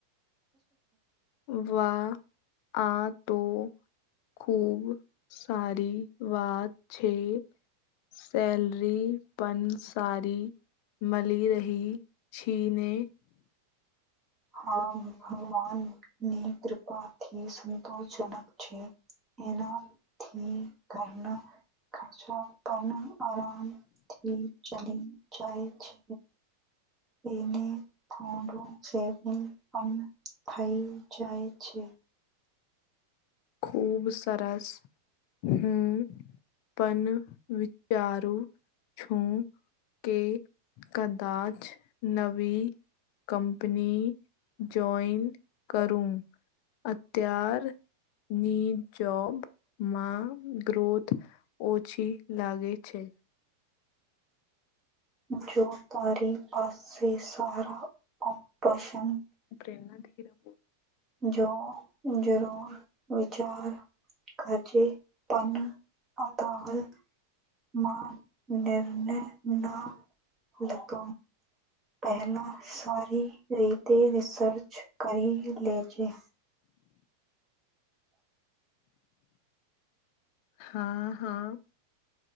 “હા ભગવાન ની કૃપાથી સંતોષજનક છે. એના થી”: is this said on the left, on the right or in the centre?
Right